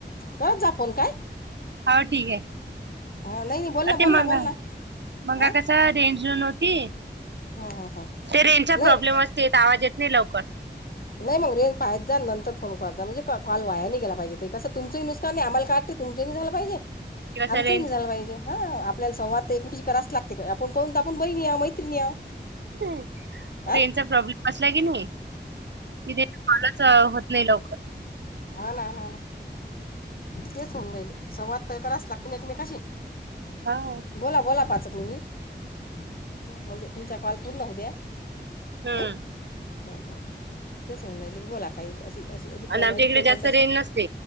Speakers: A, on the left; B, on the right.
A: कत जा फोन काय?
B: हा ठीक आहे.
A: हां नाही नाही बोल ना
B: अ
A: बोल
B: ते मगा
A: ना बोल ना
B: मंगा
A: हां
B: कसा रेंज रन होती.
A: हां हां हां
B: ते रेंज चा
A: नाही
B: प्रॉब्लेम असते आवाज येत नाही लवकर.
A: नाही मग रेंज पाहत जा नंतर फोन करत जा म्हणजे कॉल वाया नाही केला पाहिजे. ते कस तुमचंही नुकसान आहे. आम्हाला का वाटते तुमचं नाही झालं पाहिजे
B: किंवा असा
A: आमचंही
B: रेंज
A: नाही झालं पाहिजे. हा आपल्याला संवाद एकमेकींशी कराच लागते. आपण काहून तर आपण बहिणी आहो मैत्रिणी आहो.
B: हम्म.
A: हां
B: रेंज चा प्रॉब्लेम असला की नाही तिथे कॉलच होत नाही लवकर.
A: हा ना ना ना तेच होऊन राहिलं. संवाद तया कराच लागतील एकमेकाशी.
B: हा.
A: बोला बोला पाच एक मिनिट म्हणजे तुमचा कॉल पूर्ण होऊ द्या.
B: हम्म
A: हम्म तेच म्हणून राहिले बोला. काही अ अस अधिक
B: आणि
A: अधिक
B: आमच्या इकडे
A: काही
B: जास्त
A: कोणता
B: रेंज नसते